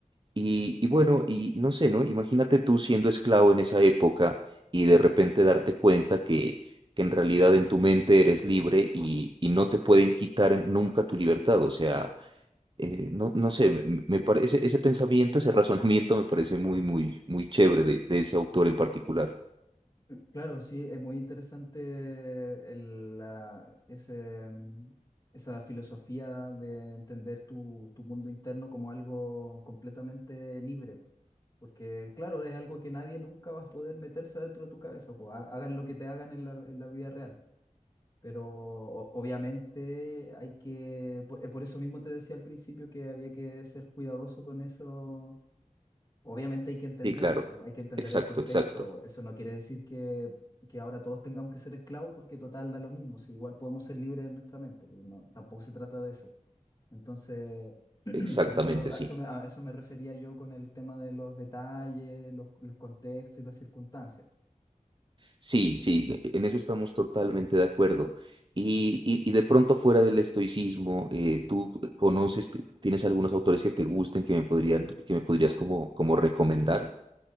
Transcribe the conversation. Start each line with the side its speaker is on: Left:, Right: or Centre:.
Right: Y, y bueno, y no sé, ¿no? Imagínate tú siendo esclavo en esa época y de repente darte cuenta que, que en realidad en tu mente eres libre y, y no te pueden quitar nunca tu libertad, o sea, eh, no, no sé, me, me parece, ese pensamiento, ese <laughs> razonamiento me parece muy, muy, muy chévere de, de ese autor en particular.
Left: Claro, sí, es muy interesante el- la- ese, mm, esa filosofía de entender tu, tu mundo interno como algo completamente libre, porque claro, es algo que nadie nunca va a poder meterse adentro de tu cabeza, o ha- hagan lo que te hagan en la, en la vida real, pero o- obviamente hay que, por, eh, por eso mismo te decía al principio que había que ser cuidadoso con eso Obviamente hay que entenderlo,
Right: Sí, claro,
Left: po, hay que entender
Right: exacto,
Left: el contexto.
Right: exacto,
Left: Eso no quiere decir que, que ahora todos tengamos que ser esclavos porque total da lo mismo, si igual podemos ser libres en nuestra mente, no, tampoco se trata de eso. Entonces, <clears throat>
Right: exactamente,
Left: por eso
Right: sí.
Left: a eso me, a eso me refería yo con el tema de los detalles, los, los contextos y las circunstancias.
Right: Sí, sí, e, en eso estamos totalmente de acuerdo. Y, y- y de pronto fuera del estoicismo, eh, ¿tú conoces, t- tienes algunos autores que te gusten, que me podrían, que me podrías como, como recomendar?